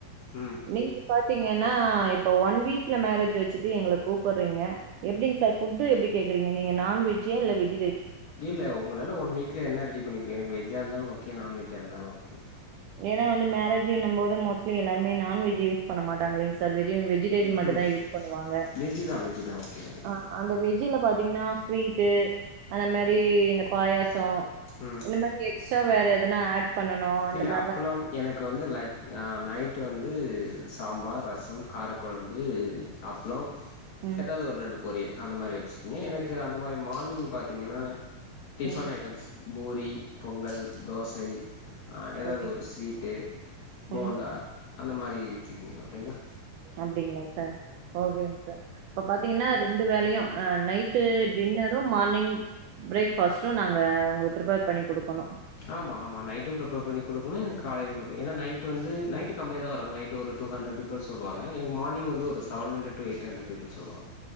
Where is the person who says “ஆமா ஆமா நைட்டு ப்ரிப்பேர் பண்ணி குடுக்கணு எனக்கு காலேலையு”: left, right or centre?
Left